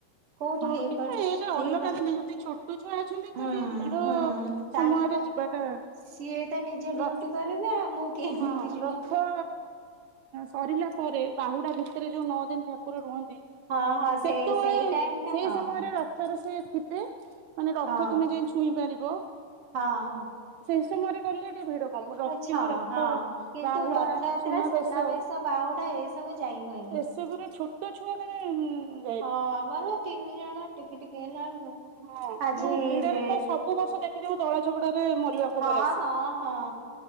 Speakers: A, on the right; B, on the right.
A: କୋଉଠି
B: ହଁ
A: ହେଇପାରୁଛି
B: କିନ୍ତୁ ଏଟା
A: ସିଏ
B: ଅଲଗା
A: ତ
B: ଦିନ ଯଦି ଛୋଟ ଛୁଆ ଅଛନ୍ତି
A: ହୁଁ
B: ତାହେଲେ ଭିଡ
A: ହୁଁ ତାଙ୍କ
B: ସମୟରେ ଯିବାଟା
A: ସିଏ ତ ନିଜେ ଡ୍ୟୁଟି
B: ର
A: କରିବେ ଆଉ ମୁଁ କିଏ ନେଇକି
B: ହଁ
A: ଯିବ।
B: ର ଥ ସରିଲା ପରେ ବାହୁଡା ଭିତରେ ଯୋଉ ନଅ ଦିନ ଠାକୁର ରୁହନ୍ତି
A: ହଁ ହଁ
B: ସେତେବେଳେ
A: ସେଇ ସେଇ ଟାଇମ ଟା
B: ସେଇ
A: ହଁ
B: ସମୟରେ ର ଥରେ ସେ ଥିବେ ମାନେ ରଥ
A: ହଁ
B: ତୁମେ ଯାଇ ଛୁଇଁ ପାରିବ।
A: ହଁ।
B: ସେଇ ସମୟରେ ଗଲେ ଟିକେ ଭିଡ ମ ରଖ
A: ଆଛା
B: ରଥ
A: ହଁ କିନ୍ତୁ
B: ବାହୁଡା
A: ରଥଯାତ୍ରା
B: ସୁନା
A: ସୁନାବେଶ
B: ବେଶ
A: ବାହୁଡା ଏସବୁ ଯାଇ ହୁଏନି।
B: ଏସବୁରେ ଛୋଟ ଛୁଆ ମାନେ
A: ହଁ ଆମର ତିନି ଜଣ ଟିକି ଟିକି ହେଲା ବେଳକୁ
B: ହଁ ଏ
A: ଆଜି
B: ଯୋଉ ଭିଡରେ
A: ସେ
B: ତ ସ ସବୁ ବର୍ଷ ଦେଖିଥିବ ଦଳା ଚକଟା ରେ ମରିବା ଖବର
A: ହଁ
B: ଆସେ।
A: ହଁ ହଁ